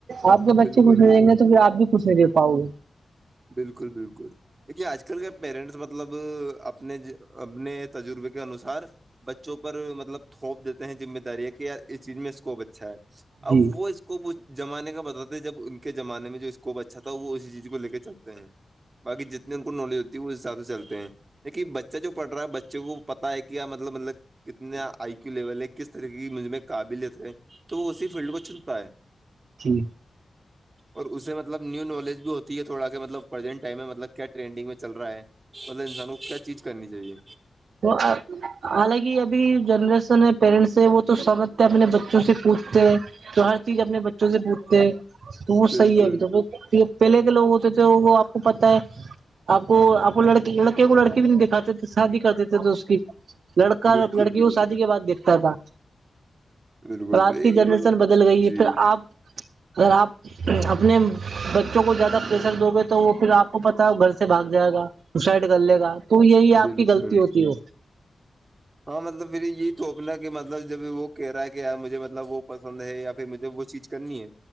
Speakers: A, on the right; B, on the right.
A: آپ کے بچے
B: بالکل
A: کچھ نہیں
B: بالکل
A: دیں گے تو پھر آپ بھی کچھ نہیں دے پاؤ گے
B: بالکل بالکل دیکھیے آج کل کے پیرنٹس مطلب اپنے اپنے تجربے کے انسار بچوں پر مطلب تھوپ دیتے ہیں مہ داری ہے کہ یار اس چیز میں اسکوپ اچھا ہے
A: جی
B: اب وہ اسکوپ اس زمانے کا بتاتے جب ان کے زمانے میں جو اسکوپ اچھا تھا وہ اسی چیز کو کو لے کے چلتے ہیں باقی جتنی ان کو نالج ہوتی ہے اس حساب سے چلتے ہیں دیکن بچہ جو پڑ رہا ہے بچے کو پتا ہے کہ مطلب مطلب کتنا آئی کیو لیول ہے کس طرح کی مج قابلت ہے تو وہ اسی فیلڈ کو چنتا ہے
A: جی
B: اور اسے مطلب نیو نالج بھی ہوتا تو یہ تھوڑا سا مطلب پرزینٹ ٹائم میں مطلب کیا رینڈنگ میں چل رہا ہے مطلب انسان کو کیا چیز کرنی چاہیے
A: تو آ حالانکہ ابھی جنریشن ہے پیرنٹس ہے وہ تو سمجھتے اپنے بچوں سے پوچھتے تو ہر چیز اپنے بچوں سے پوچھتے ہیں تو وہ
B: بالکل
A: صحیح ہے ابھی تو پہلے کے لوگ ہوتے تھے وہ آپ کو پتا ہے آپ کو آپ کو لڑکے لڑکے کو لڑکے بھی نہیں دکھاتے تھے شادی کرتے تھے اس کی لڑکا
B: بالکل
A: لڑکی کو
B: بالکل
A: شادی کے بعد دیکھتا تھا
B: بالکل
A: پر آج
B: یہ
A: کی جنریشن
B: مطلب
A: بدل گئی ہے
B: جی
A: پھر آپ اگر آپ اپنے بچوں کو زیادہ پریشر دو گے تو وہ پھر آپ وہ پتا گھر سے بھاگ جائے گا سسائڈ کر لے گا تو یہی آپ
B: بالکل
A: کی غلطی ہوتی ہو
B: ہاں مطلب پھر یہی تووپنا کہ مطلب جب وہ کہہ رہ ہے کہ مجھے مطلب وہ پسند ہے یا پھر مجھے وہ چیز کرنی ہے